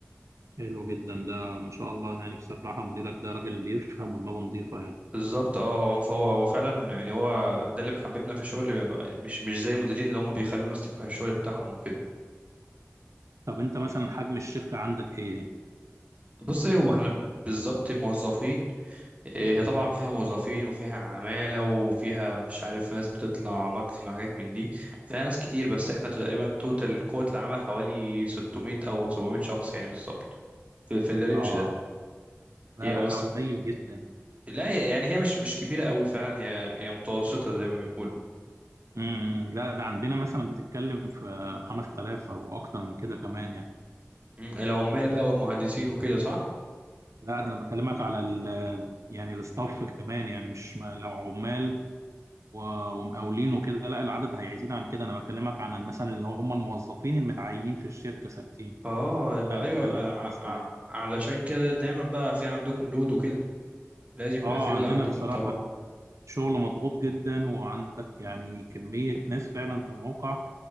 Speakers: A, on the right; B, on the right.
A: حلو جدا ده ما شاء الله يعني بصراحة مديرك ده راجل بيفهم ودماغه نظيفة يعني
B: بالظبط اه هو هو هو فعلا يعني هو ده اللي محببنا في الشغل مش مش زي المديرين اللي هم بيخلوا الناس تكره الشغل بتاعهم وكده
A: طب انت مثلا حجم الشركة عندك ايه؟
B: بص ايه هو احنا بالظبط موظفين إيه، هي طبعا فيها موظفين وفيها عمالة وفيها مش عارف ناس بتطلع ماركتينج وحاجات من دي فيها ناس كتير بس احنا تقريبا توتال قوة العمل حوالي 600 او 700 شخص يعني بالظبط في, في الرينج
A: اه
B: ده
A: لا
B: هي
A: لا
B: مصر
A: ده قليل جدا
B: لا هي- يعني هي مش مش كبيرة قوي فعلا هي هي متوسطة زي ما بيقولوا
A: امم لا ده عندنا مثلا بتتكلم في 5000 او اكتر من كده كمان يعني
B: مم، العمال بقى والمهندسين وكده صح
A: لا ده انا بكلمك على ال يعني الاستاف كمان يعني مش ما- لو عمال و- ومقاولين وكده لا العدد هيزيد عن كده انا بكلمك عن مثلا اللي هم الموظفين المتعينين في الشركة ثابتين
B: اه يبقى
A: لا بيتكلم
B: ايوه آه،
A: في
B: ع-
A: 5000
B: ع- علشان كده دايما بقى في عندكم لود وكده لازم
A: اه
B: يبقى في
A: عندنا
B: لود عندكم
A: بصراحة
B: طبعا
A: الشغل مضغوط جدا وعندك يعني كمية ناس فعلا في الموقع